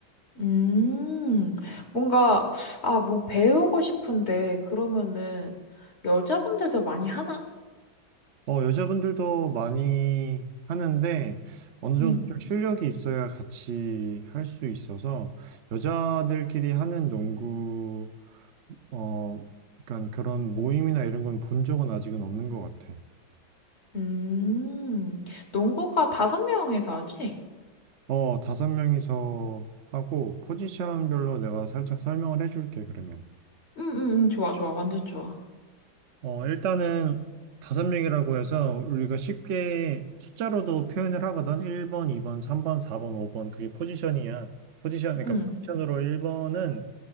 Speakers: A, on the left; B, on the right.
A: 음, 뭔가, 아, 뭐 배우고 싶은데, 그러면은 여자분들도 많이 하나?
B: 어, 여자분들도 많이 하는데 어느 정도
A: 음.
B: 좀 실력이 있어야 같이 할 수 있어서 여자들끼리 하는 농구 어 약간 그런 모임이나 이런 건 본 적은 아직은 없는 것 같아.
A: 음, 농구가 다섯 명에서 하지?
B: 어, 다섯 명이서 하고 포지션별로 내가 살짝 설명을 해줄게 그러면.
A: 응, 응, 응, 좋아, 좋아, 완전 좋아.
B: 어, 일단은 다섯 명이라고 해서 우리가 쉽게 숫자로도 표현을 하거든. 1번, 2번, 3번, 4번, 5번. 그게 포지션이야. 포지션, 그러니까
A: 응.
B: 포지션으로 1번은